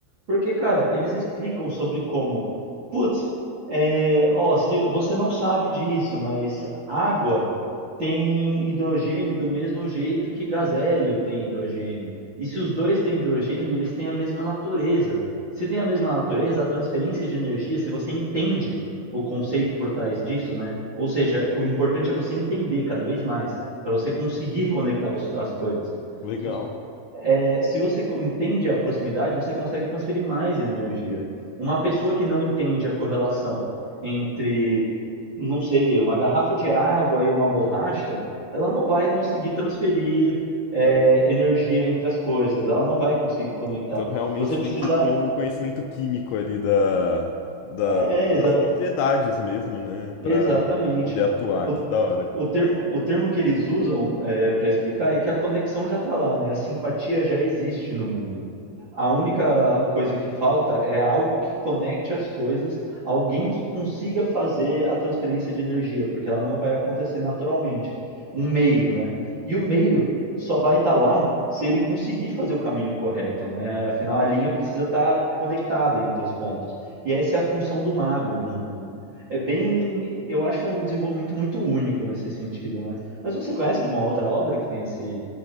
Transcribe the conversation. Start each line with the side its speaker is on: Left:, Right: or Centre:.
Right: Porque, cara, eles explicam sobre como, putz, é, ó, se você não sabe disso, mas água tem hidrogênio do mesmo jeito que gás hélio tem hidrogênio. E se os dois têm hidrogênio, eles têm a mesma natureza. Se tem a mesma natureza, a transferência de energia, se você entende o conceito por trás disso, né? Ou seja, o importante é você entender cada vez mais, para você conseguir conectar os- as coisas.
Left: legal.
Right: Se, é, se você entende a proximidade, você consegue transferir mais energia. Uma pessoa que não entende a correlação entre, não sei, uma garrafa de água e uma borracha, ela não vai conseguir transferir, é, energia entre as coisas, ela não vai conseguir conectar.
Left: Então realmente
Right: Você precisa.
Left: tem que ter um conhecimento químico ali da, da-
Right: É, exa-
Left: das propriedades mesmo, né? Pra
Right: exatamente.
Left: poder atuar,
Right: O
Left: que da hora.
Right: O termo, o termo que eles usam para explicar é que a conexão já está lá, né? A simpatia já existe no mundo. A única coisa que falta é algo que conecte as coisas, alguém que consiga fazer a transferência de energia, porque ela não vai acontecer naturalmente. Um meio, né? E o meio só vai estar lá se ele conseguir fazer o caminho correto, né? Afinal, a linha precisa estar conectada entre os pontos. E essa é a função do mago no mundo. É bem, eu acho um desenvolvimento muito único nesse sentido, né? Mas você conhece alguma outra obra que tem esse